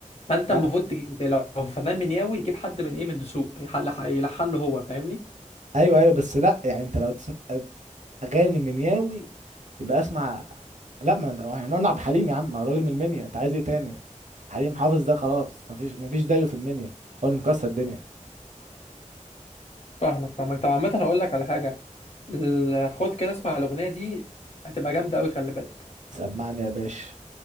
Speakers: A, on the left; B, on the right.
A: فانت
B: آه،
A: المفروض تجي... لو فنان منياوي يجيب حد من ايه من الدسوق يحل- يلحن له هو فاهمني
B: ايوه ايوه بس لا يعني انت لو تسمع اغاني منياوي يبقى اسمع لا ما انت- احنا قلنا عبد الحليم يا عم هو راجل من المنيا انت عايز ايه تاني عبد الحليم حافظ ده خلاص مفيش مفيش زيه في المنيا هو اللي مكسر الدنيا
A: فاهمك فاهمك طب عامة هقول لك على حاجة ال- خد كده اسمع الأغنية دي هتبقى جامدة أوي خلي بالك
B: سمعني يا باشا